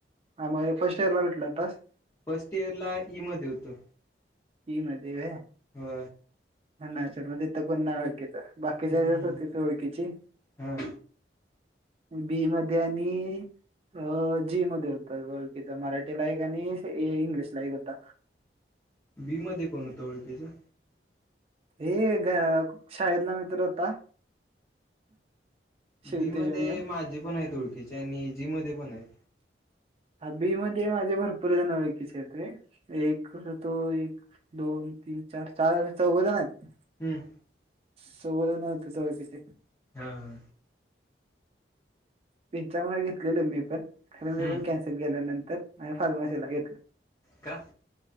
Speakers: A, on the right; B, on the left.
A: ह मग फर्स्ट इयर ला भटलं आतास
B: फर्स्ट इयर ला ई मध्ये होतो
A: ती म देव
B: हो
A: मग तिथं पुन्हा ओळखीच बाकीच्या
B: हम्म
A: होतीथ ओळखीची
B: हा
A: बी म आणि अ जी मध्ये होतात ळखकीचा मराठीला एक आणि इंग्लिशला एक होता
B: बी मध्ये कोण होतं ओळखीच्या
A: हे शाळेतला मित्र होता शिवतेज
B: बी मध्ये
A: म्हणून
B: माझे पण आहेत ओळखीचे आणि जी मध्ये पण आहेत
A: हबी मध्ये माझे भरपूर जण ओळखीचे येते एक क तो एक दोन तीन चार चार हजार चौघ जाण आहेत
B: हम्म
A: सर नव्हती त किती
B: हा हा
A: पिंच्यामुळे घेतलेलं मी पण खर मी
B: हम्म
A: पण कॅन्सल केल्यानंतर आणि फार्मसीला घेतलं
B: काहा